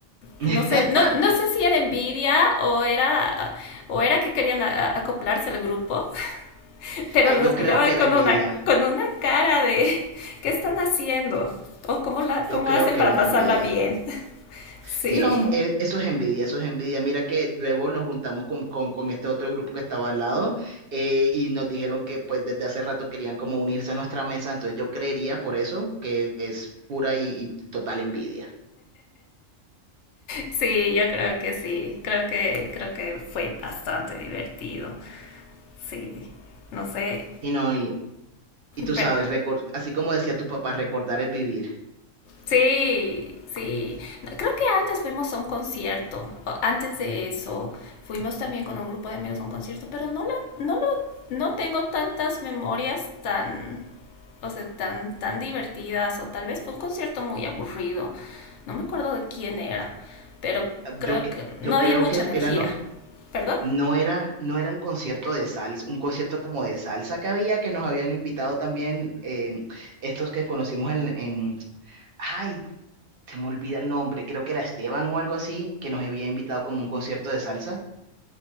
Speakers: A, on the right; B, on the left.
A: <laughs>
B: no sé, no, no sé si era envidia o era, o era que querían a, a acoplarse al grupo. pero
A: Ah,
B: nos
A: Yo creo
B: miraba
A: que era
B: con
A: envidia,
B: una, con una cara de ¿qué están haciendo? ¿O cómo, la,
A: yo
B: cómo
A: creo
B: hacen
A: que
B: para
A: una
B: pasarla
A: envidia.
B: bien? <laughs> Sí,
A: Sí, no, e- eso es envidia, eso es envidia. Mira que luego nos juntamos con, con- con este otro grupo que estaba al lado eh, y nos dijeron que pues desde hace rato querían como unirse a nuestra mesa, entonces yo creería por eso que es pura y, y total envidia.
B: sí, yo creo que sí, creo que, creo que fue bastante divertido, sí, no sé,
A: Sí, no, y Y tú
B: pero
A: sabes, recor- así como decía tu papá, recordar es vivir.
B: Sí, sí. No, Creo que antes fuimos a un concierto. o- Antes de eso, fuimos también con un grupo de amigos a un concierto, pero no la, no lo, no tengo tantas memorias tan, o sea, tan, tan divertidas, o tal vez fue un concierto muy aburrido. No me acuerdo de quién era, pero creo
A: Yo, que-
B: que
A: yo
B: no había
A: creo
B: mucha
A: que
B: energía.
A: era no,
B: ¿Perdón?
A: no era, no era el concierto de salsa, un concierto como de salsa que había, que nos habían invitado también eh, estos que conocimos en, en, ay, se me olvida el nombre, creo que era Esteban o algo así, que nos había invitado como un concierto de salsa.